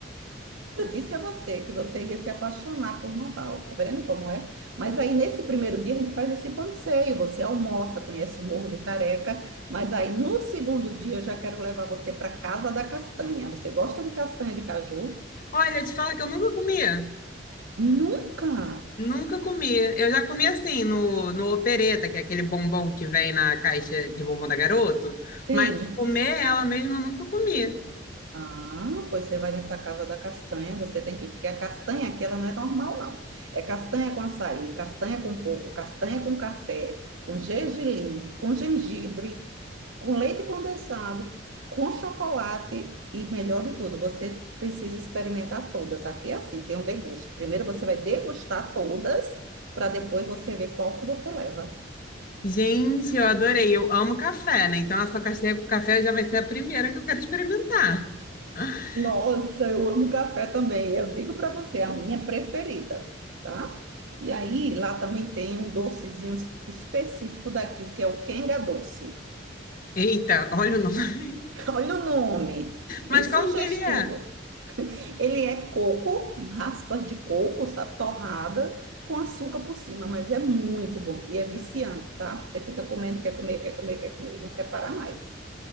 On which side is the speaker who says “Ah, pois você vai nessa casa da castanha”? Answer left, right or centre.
Right